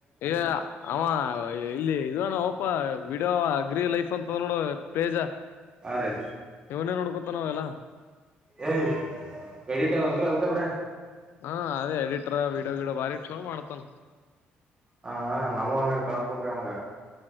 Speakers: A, on the left (about 70°); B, on the right (about 20°).
A: ಇ ಆ ಇಲ್ಲಿ ಇದು ಆನೋ. ಪ್ಪ ವಿಡಿಯೋ ಅಗ್ರಿ ಲೈಫ್ ಅಂತ ನೋಡು ಪೇಜ.
B: ಹಾಂ ರೀ
A: ಇವನೇ ನೋಡ್ಕೊ ನ್ ಎಲ್ಲಾ.
B: ಏಯ್ ರಡಿಟದಂದ್ರ ಅದ್ಕಬ್ರೆ
A: ಹಾ ಅದೇ ಎಡಿಟರ್ ವೀಡಿಯೋ ಗೀಡೋ ಬಾರಿ ಇಡ್ ಚಲ ಮಾಡ್ತಾನ.
B: ಹ ಹಾ ನಮ್ಮ್ ಹಂಗಾರ ಕಳ್ಸ್ಬ್ರೆ ಅವಂಗ.